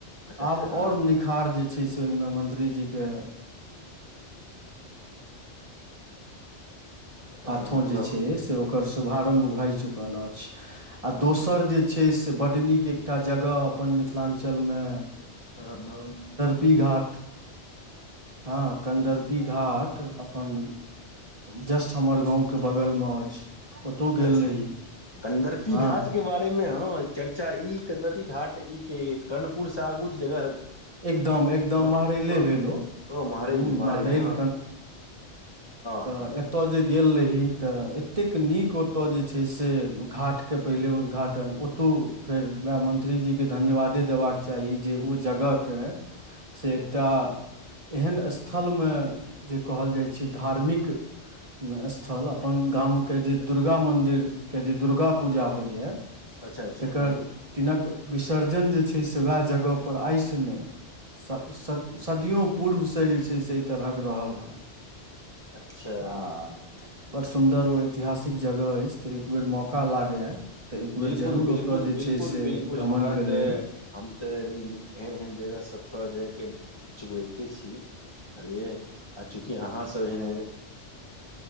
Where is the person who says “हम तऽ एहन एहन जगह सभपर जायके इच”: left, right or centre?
Left